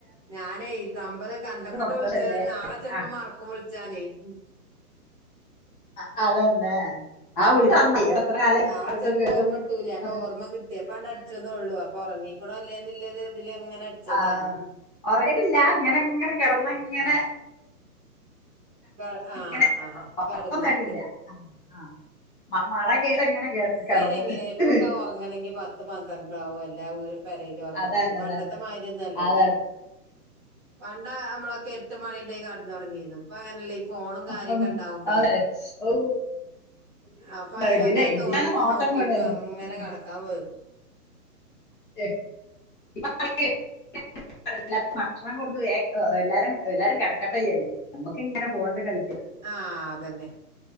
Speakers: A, on the right; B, on the left.
A: ഞാനേ നമ്പര് കണ്ടപ്പണ്ട്
B: വരാതല്ലേ
A: വിളിച്ച നാളെ ചെലപ്പോ
B: ആഹ്
A: മറക്കും വിളി ചാഞ്ഞെ മ്മ്
B: ആ അതന്നെ ആ <unintelligible>
A: നാളെ
B: കണ്ടിട്ടും
A: ചെലപ്പോ
B: കേട്ടും
A: ഓർമ്മ ഇട്ടുല്ല അപ്പ
B: ആഹ്
A: ഓർമ്മ കിട്ടിയപ്പണ്ട് അടിച്ചൊന്നേ ഒള്ളൂ അ പൊറങ്ങിക്കണോ അല്ലേതില്ലത് ഇതിലങ്ങനെ അടിച്ചതാണ്.
B: ആഹ് ഒറങ്ങിട്ടില്ല ഇങ്ങനെങ്ങനെ കെടന്ന് ഇങ്ങനെ
A: ഉം ക ആഹ്
B: ഇങ്ങനെ
A: ആഹ് കെടന്ന്
B: ഒറക്കൊന്നും ആയിട്ടില്ല ആഹ് മഴ കേട്ട് ഇങ്ങനെ
A: ഇപ്പൊ
B: കെടന്ന്
A: ഇനി എങ്ങനെ ഇപ്പൊക്കെ ഒറങ്ങണങ്കി പത്തും പന്ത്രണ്ടു ആവും എല്ലാ വി പെരയിലു ഒറങ്ങണങ്കി
B: അതന്നെ
A: പണ്ടത്തെ
B: അതന്നെ
A: മായിരി ഒന്നും അല്ലല്ലോ
B: അതെ
A: പണ്ട മ്മളൊക്കെ എട്ട് മണിന്റെ കെടന്നൊറങ്ങിന്നു ഇപ്പൊ അങ്ങനല്ലേ ഫോണും കാര്യൊക്കെ
B: ഇപ്പം
A: ഇണ്ടാവുമ്പളേ
B: അതെ ഓ
A: അപ്പൊ അയിലങ്ങ
B: ഇതിലെ ഇതിലാണ്
A: തോണ്ടീട്ട്
B: നോട്ടം
A: നോക്കിട്ടും
B: മുഴുവനും
A: അങ്ങനെ
B: ഉം.
A: കെടക്കാ <unintelligible>
B: <unintelligible> <unintelligible> ഭക്ഷണം കൊടുത്തു എല്ലാരും എല്ലാരും കെടക്കട്ടെയാരിക്കും നമുക്കിങ്ങനെ ഫോണില് കളി
A: ആഹ് അതെന്നെ